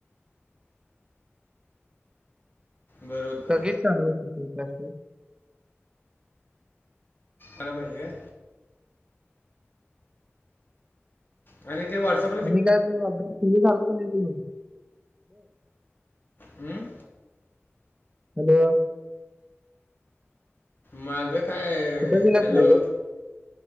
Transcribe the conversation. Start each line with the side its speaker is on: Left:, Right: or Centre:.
Left: बरं होतं
Right: सगळीच चांगली शल अस.
Left: अला बहिे आणि ते व्हॉट्सअ.
Right: आणि काय रात्री झालं.
Left: हमं.
Right: हॅलो.
Left: माझं काय
Right: कुठं गेलास
Left: हॅलो.
Right: रे